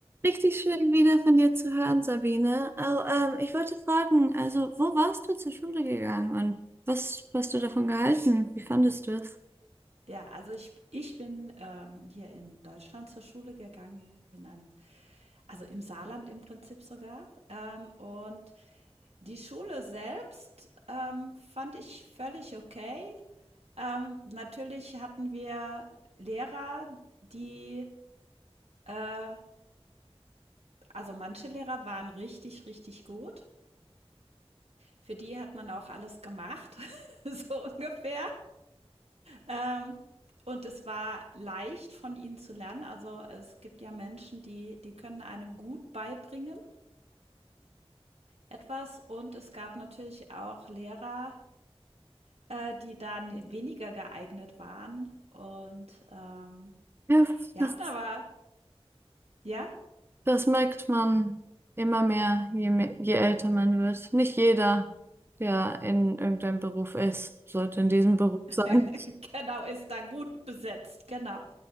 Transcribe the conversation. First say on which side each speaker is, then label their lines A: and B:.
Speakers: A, on the right; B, on the right.
A: Richtig schön wieder von dir zu hören, Sabine. Oh, ähm, ich wollte fragen, also wo warst du zur Schule gegangen und was hast du davon gehalten? Wie fandest du es?
B: Ja, also ich ich bin, ähm, hier in Deutschland zur Schule gegangen in einem also im Saarland im Prinzip sogar, ähm, und die Schule selbst, ähm, fand ich völlig okay. Ähm, natürlich hatten wir Lehrer, die äh, also manche Lehrer waren richtig, richtig gut. Für die hat man auch alles gemacht, <laughs> so ungefähr. Ähm, und es war leicht von ihnen zu lernen. Also es gibt ja Menschen, die, die können einem gut beibringen etwas. Und es gab natürlich auch Lehrer, äh, die da ne- weniger geeignet waren. Und ähm,
A: Ja,
B: wir
A: das,
B: hatten aber, ja,
A: das merkt man immer mehr, je, me- je älter man wird. Nicht jeder, der in irgendeinem Beruf ist, sollte in diesem Beruf sein.
B: <laughs> genau, ist da gut besetzt, genau.